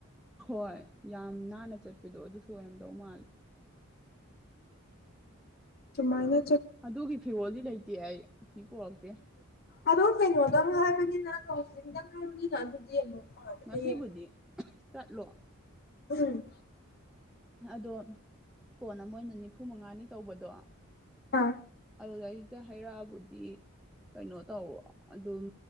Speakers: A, in the centre; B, on the left.
A: ꯍꯣꯏ ꯌꯥꯝ ꯅꯥꯟꯅ ꯆꯠꯄꯗꯣ ꯑꯗꯨꯁꯨ ꯑꯣꯏꯔꯝꯗꯧ ꯃꯥꯜꯂꯦ
B: ꯇꯨꯃꯥꯏꯅ
A: ꯑꯗꯨꯒꯤ ꯐꯤꯔꯣꯜꯗꯤ ꯂꯩꯇꯦ ꯑꯩ ꯁꯤ ꯄꯣꯔꯛꯇꯦ
B: ꯑꯗꯣ ꯀꯩꯅꯣꯗꯪ ꯍꯥꯏꯕꯅꯤꯅ ꯀꯥꯎꯟꯂꯤꯡꯗꯪ ꯍꯥꯏꯕꯅꯤꯅ ꯑꯗꯨꯗꯤ ꯑꯃꯨꯛ ꯃꯥꯜꯂꯦ
A: ꯉꯁꯤꯕꯨꯗꯤ
B: ꯍꯌꯦꯡ
A: ꯆꯠꯂꯣ
B: ꯎꯝ
A: ꯑꯗꯣ ꯀꯣꯟꯅ ꯃꯣꯏꯅ ꯅꯤꯐꯨ ꯃꯉꯥꯅꯤ ꯇꯧꯕꯗꯣ
B: ꯑꯥ
A: ꯑꯗꯨꯗꯩꯗ ꯍꯥꯏꯩꯔꯛꯑꯕꯨꯗꯤ ꯀꯩꯅꯣ ꯇꯧꯣ ꯑꯗꯨꯝ